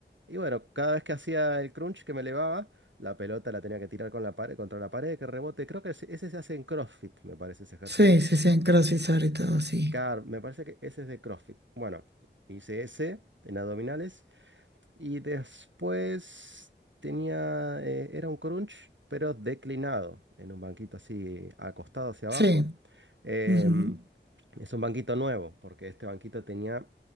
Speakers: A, on the right; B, on the right.
A: Y bueno, cada vez que hacía el crunch que me elevaba, la pelota la tenía que tirar con la pared, contra la pared, que rebote. Creo que ese, ese se hace en CrossFit, me parece ese ejercicio.
B: Sí, sí, sí, en CrossFit y todo, sí.
A: Car, me parece que ese es de CrossFit. Bueno, hice ese en abdominales y después tenía, eh, era un crunch, pero declinado, en un banquito así acostado hacia
B: Sí,
A: abajo. Em,
B: ujú,
A: es un banquito nuevo, porque este banquito tenía